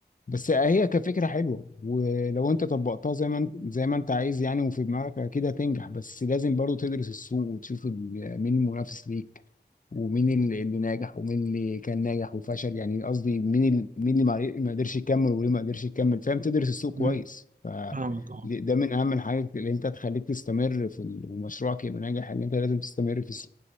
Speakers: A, on the left; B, on the right.
A: بس هي كفكرة حلوة ولو انت طبقتها زي ما انت زي ما انت عايز يعني وفي دماغك اكيد هتنجح بس لازم برضو تدرس السوق وتشوف ال- مين المنافس ليك ومين ال- اللي ناجح ومين اللي كان ناجح وفشل يعني قصدي مين ال- مين اللي ما ما قدرش يكمل وليه ما قدرش يكمل فاهم تدرس السوق كويس
B: مم،
A: ف
B: فاهمك اه
A: ده من اهم الحاجات اللي انت تخليك تستمر في ال- ومشروعك يبقى ناجح ان انت لازم تستمر في السوق